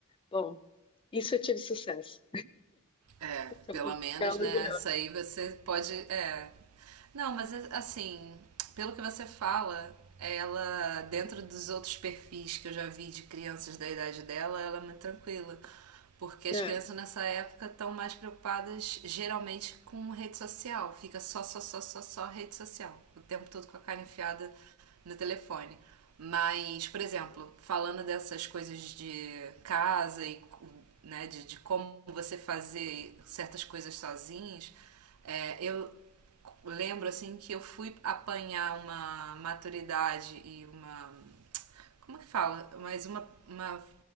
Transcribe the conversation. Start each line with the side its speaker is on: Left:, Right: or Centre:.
Left: Bom, isso eu tive sucesso.
Right: É,
Left: Então,
Right: pelo
Left: Eu posso
Right: menos,
Left: ficar orgulhosa.
Right: né? Isso aí você pode. É. Não, mas é, assim, pelo que você fala, ela, dentro dos outros perfis que eu já vi de crianças da idade dela, ela é muito tranquila. Porque as
Left: É.
Right: crianças nessa época estão mais preocupadas geralmente com rede social. Fica só, só, só, só, só rede social. O tempo todo com a cara enfiada no telefone. Mas, por exemplo, falando dessas coisas de casa e né, de, de como você fazer certas coisas sozinhos, é, eu lembro assim que eu fui apanhar uma maturidade e uma como que fala? Mas uma, uma